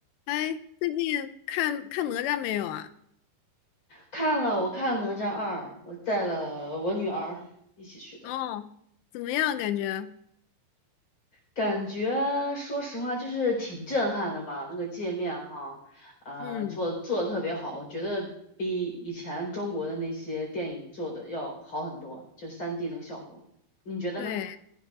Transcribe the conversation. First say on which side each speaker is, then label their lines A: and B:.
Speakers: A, on the left; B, on the left.
A: 哎，最近看看哪吒没有啊？
B: 看了，我看了《哪吒二》，我带了我女儿一起去的，
A: 哦，怎么样？感觉？
B: 感觉说实话就是挺震撼的吧，那个界面哈，呃，
A: 嗯，
B: 做做的特别好，我觉得比以前中国的那些电影做的要好很多，就三 d 那个效果，你觉得呢？
A: 对，